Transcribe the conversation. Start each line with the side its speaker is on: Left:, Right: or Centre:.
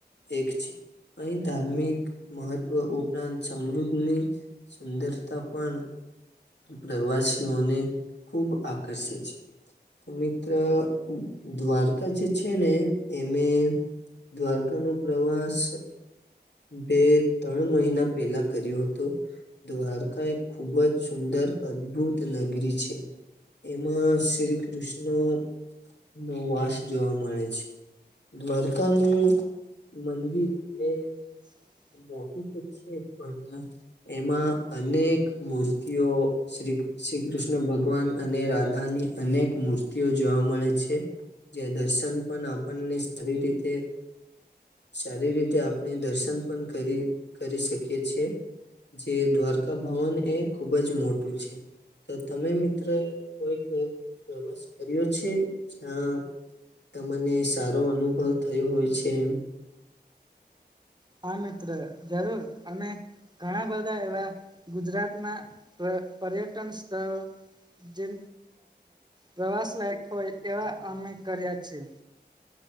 Left: એક છે. અહીં ધાર્મિક મહત્વ ઉપરાંત સમૃદ્ધની. સુંદરતા પણ પ્રવાસીઓને ખૂબ આકર્ષે છે તો મિત્ર દ્વારકા જે છે ને એમે દ્વારકા ન પ્રવાસ બે ત્રણ મહિના પહેલા કર્યું હતું. દ્વારકા એક ખુબ જ સુંદર અદભુત નગરી છે. એમાં શ્રી કૃષ્ણ નો વાસ જોવા મળે છે. દ્વારકાની મનવી એ
Right: <inaudible>
Left: મોટું તો છે પણ એમાં અનેક મૂર્તિઓ શ્રી શ્રી કૃષ્ણ ભગવાન અને રાધાની અનેક મૂર્તિઓ જોવા મળે છે. જે દર્શન પણ આપણને સારી રીતે સારી રીતે આપણે દર્શન પણ કરી શકીએ છીએ. જે દ્વારકા ભવન એ ખુબ જ મોટું છે. તો તમે મિત્ર કોઈક પ્રવાસ કર્યો છે? હ્યા, તમને સારો અનુભવ થયો હોય છે.
Right: હા મિત્ર જરૂર અને ઘણા બધા એવા ગુજરાતના પર્યટન સ્થળો જે પ્રવાસ લાયક હોય એવા અમે કર્યા છીએ.